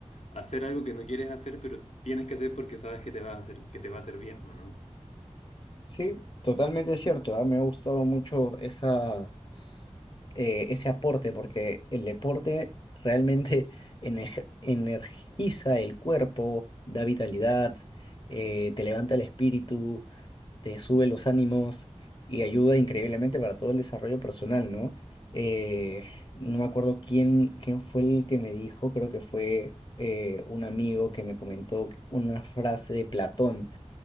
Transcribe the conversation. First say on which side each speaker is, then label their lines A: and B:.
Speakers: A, on the left; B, on the left.
A: hacer algo que no quieres hacer, pero tienes que hacer porque sabes que te va a hacer, que te va a hacer bien, ¿o ¿no?
B: Sí, totalmente cierto, ¿ah? Me ha gustado mucho esa, eh, ese aporte porque el deporte realmente <laughs> enej- energiza el cuerpo, da vitalidad, eh, te levanta el espíritu. te sube los ánimos y ayuda increíblemente para todo el desarrollo personal, ¿no? Eh, no me acuerdo quién, quién fue el que me dijo, creo que fue eh, un amigo que me comentó una frase de Platón.